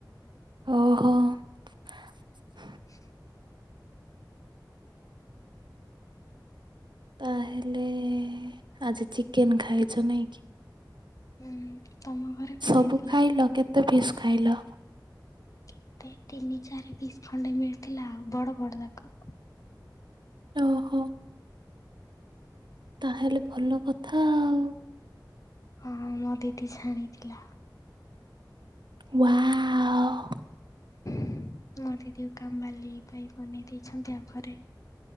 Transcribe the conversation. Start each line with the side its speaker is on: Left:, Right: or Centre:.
Right: ଓହୋ <inaudible>
Left: <inaudible>
Right: ତାହେଲେ ଆଜି ଚିକେନ୍ ଖାଇଛ ନାଇଁ କି?
Left: ହୁଁ ତମ ଘରେ କଣ
Right: ସବୁ
Left: ହେଇଥିଲା?
Right: ଖାଇଲ କେତେ ପିସ୍ ଖାଇଲ?
Left: କେତେ ତିନି ଚାରି ପିସ୍ ଖଣ୍ଡେ ମିଳିଥିଲା ଆଉ, ବଡ ବଡ ଯାକ।
Right: ଓହୋ। ତାହେଲେ ଭଲ କଥା ଆଉ
Left: ହଁ ମୋ ଦିଦି ଛାଣିଥିଲା।
Right: ୱାଓ!
Left: <inaudible> ମୋ ଦିଦି କୁ କାମ ବାଲି ପାଇଁ ବନେଇ ଦେଇଛନ୍ତି ଆଉ ଘରେ